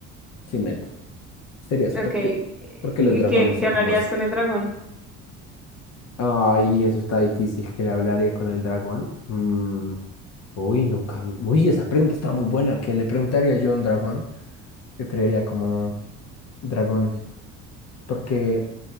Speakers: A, on the left (about 50°); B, in the centre.
A: sin mente. Sería súper
B: Ok, eh,
A: cool. Porque
B: ¿y
A: los dragones
B: ¿qué, qué
A: son
B: hablarías
A: como así.
B: con el dragón?
A: Ay, eso está difícil, que le hablaría con el dragón. Mm, Uy, nunca. Uy, esa pregunta está muy buena. ¿Qué le preguntaría yo a un dragón? Yo creería como dragón, porque